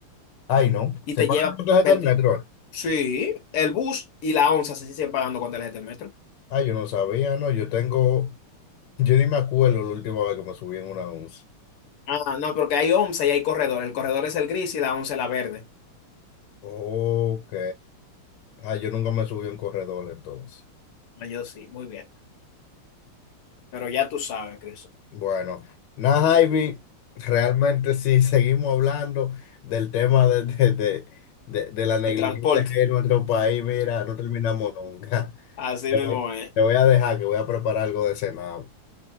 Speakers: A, on the left; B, on the left.
A: Ay, no.
B: y
A: Se
B: te
A: pagan
B: lleva
A: con tarjeta
B: veinte
A: del metro.
B: Sí, el bus y la onza se siguen pagando con tarjeta del metro.
A: Ah, yo no sabía, no, yo tengo, yo ni me acuerdo la última vez que me subí en una once.
B: Ah, no, porque hay onza y hay corredor. El corredor es el gris y la onza es la verde.
A: Ok. Ah, yo nunca me subí en corredor entonces.
B: Ah, Yo sí, muy bien. Pero ya tú sabes, Cristo.
A: Bueno, nada, Ivy, realmente sí, <laughs> seguimos hablando del tema de, de, de, de- de la negligencia
B: El transporte,
A: que hay en nuestro país, mira, no terminamos nunca.
B: así
A: <laughs> Te
B: mismo
A: voy,
B: es.
A: te voy a dejar que voy a preparar algo de cenar.